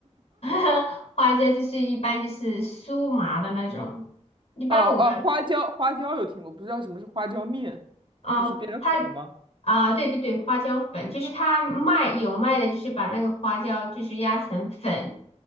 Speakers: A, on the left (about 60°); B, on the right (about 40°).
A: <laughs> 花椒就是一般就是酥麻的那种，一般我们。
B: 哦哦，花椒花椒有听过，不知道什么是花椒面，
A: 哦，
B: 就是变成粉吗？
A: 它啊，对对对，花椒粉就是它卖有卖的，就是把那个花椒就是压成粉，